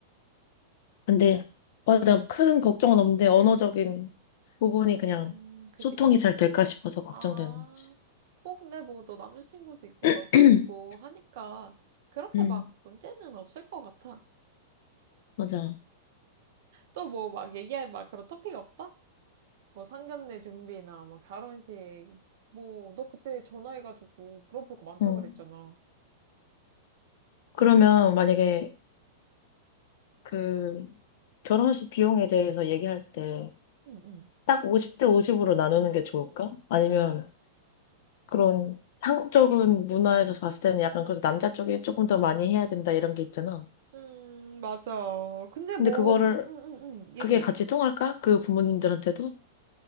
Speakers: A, on the left (about 55°); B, on the right (about 55°).
A: 근데 맞아. 큰 걱정은 없는데 언어적인 부분이 그냥
B: 음, 그지,
A: 소통이
B: 그냥.
A: 잘 될까 싶어서 걱정되는
B: 아,
A: 거지.
B: 뭐 근데 뭐 너 남자친구도 있고 너도
A: <clears throat>
B: 있고 하니까 그렇게
A: 응.
B: 막 문제는 없을 것 같아.
A: 맞아.
B: 또 뭐 막 얘기할 막 그런 토픽 없어? 뭐 상견례 준비나 뭐 결혼식 뭐 너 그때 전화해가지고 물어볼 거 많다
A: 음.
B: 그랬잖아.
A: 그러면 만약에 그 결혼식 비용에 대해서 얘기할 때
B: 응, 응.
A: 딱 50대 50으로 나누는 게 좋을까? 아니면 그런 한국적인 문화에서 봤을 때는 약간 그래도 남자 쪽이 조금 더 많이 해야 된다 이런 게 있잖아.
B: 음, 맞아. 근데
A: 근데
B: 뭐,
A: 그거를
B: 하- 응, 응, 응, 얘기해.
A: 그게 같이 통할까? 그 부모님들한테도?